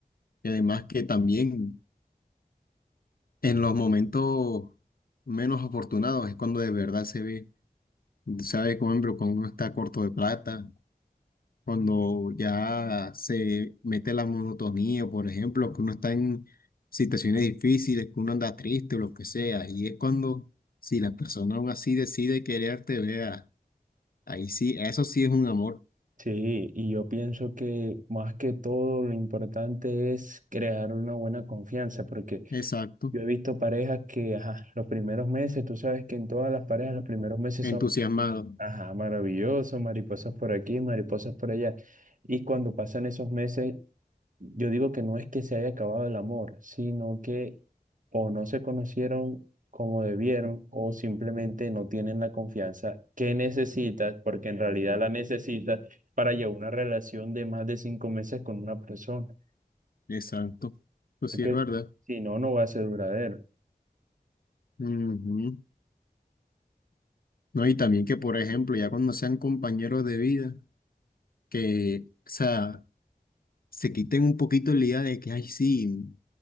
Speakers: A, on the left; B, on the right.
A: y además que también en los momentos menos afortunados es cuando de verdad se ve, sabe, por ejemplo, cuando uno está corto de plata, cuando ya se mete la monotonía, por ejemplo, que uno está en situaciones difíciles, que uno anda triste o lo que sea, y es cuando si la persona aún así decide quererte, vea, ahí sí, eso sí es un amor,
B: Sí, y yo pienso que más que todo lo importante es crear una buena confianza, porque
A: exacto,
B: Yo he visto parejas que, ajá, los primeros meses, tú sabes que en todas las parejas los primeros meses
A: entusiasmado,
B: son, ajá, maravillosos, mariposas por aquí, mariposas por allá. Y cuando pasan esos meses, yo digo que no es que se haya acabado el amor, sino que o no se conocieron como debieron o simplemente no tienen la confianza que necesitas, porque en realidad la necesitas para llevar una relación de más de cinco meses con una persona,
A: exacto, eso sí
B: porque
A: es verdad.
B: si no, no va a ser duradero.
A: Ujú. No, y también que, por ejemplo, ya cuando sean compañeros de vida, que, o sea, se quiten un poquito la idea de que, ay, sí,